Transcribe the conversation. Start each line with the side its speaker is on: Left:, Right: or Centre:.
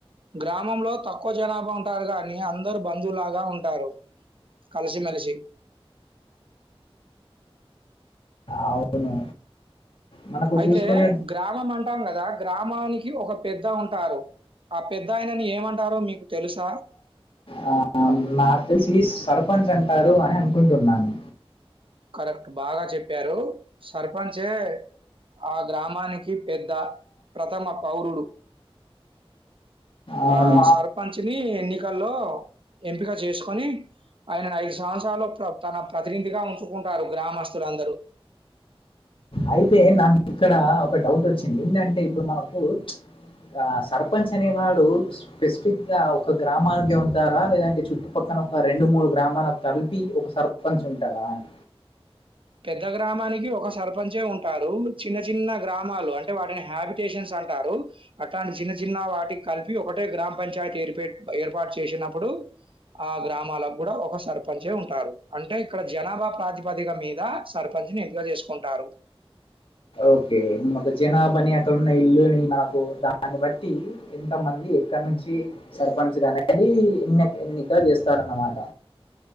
Right: గ్రామంలో తక్కువ జనాభా ఉంటారు గానీ అందరు బంధులాగా ఉంటారు. కలిసిమెలిసి
Left: అవును మనకు
Right: అయితే
Left: చూసుకునే
Right: గ్రామం అంటాం గదా! గ్రామానికి ఒక పెద్ద ఉంటారు. ఆ పెద్దాయనని ఏమంటారో మీకు తెలుసా?
Left: ఆ నాకు తెలిసి సర్ న్స్ అంటారు. అని అనుకుంటున్నాను.
Right: కరెక్ట్ బాగా చెప్ చెప్పారు సర్పంచే ఆ గ్రామానికి పెద్ద ప్రథమ పౌరుడు.
Left: అవును
Right: ఆ సర్పంచ్ని ఎన్నికల్లో ఎంపిక చేసుకొని ఆయనని ఐదు సంవత్సరాలు తన ప్రతినిధిగా ఉ కుంటారు. గ్రామస్తు రందరు.
Left: అయితే నాకు ఇక్కడ ఒక డౌట్ ఒచ్చింది. ఎందంటే ఇప్పుడు మనకు ఆ సర్పంచ్ అనేవాడు స్పెసిఫిక్గా ఒక గ్రామానికే ఉంటారా లేదంటే చుట్టుపక్కన ఒక రెండు మూడు గ్రామాలకు కలిపి ఒక సర్పంచ్ ఉంటాడా అని
Right: పెద్ద గ్రామాని కి ఒక సర్పంచే ఉంటాడు. చిన్న చిన్న గ్రామాలు అంటే వాటిని హ్యాబిటేషన్స్ అంటారు. అట్లాంటి చిన్న చిన్న వాటికి కలిపి ఒకటే గ్రామ పంచాయతీ ఏర్ పెట్ ఏర్ ర్పాట్ చేసినప్పుడు ఆ గ్రామాలకు గుడ ఒక సర్ప పంచే ఉంటారు. అంటే ఇక్కడ జనాభా ప్రాతిపదిగా మీ సర్పంచ్ని ఎంపిక చేసుకుంటారు.
Left: ఓకే మనకు జనాభాని అక్కడున్న ఇల్లుని మనకు దాన్ని బట్టి ఎంత మంది ఎక్కడ నుంచి సర్పంచ్ అనేది ఎన్నిక చేస్తారన్నమాట్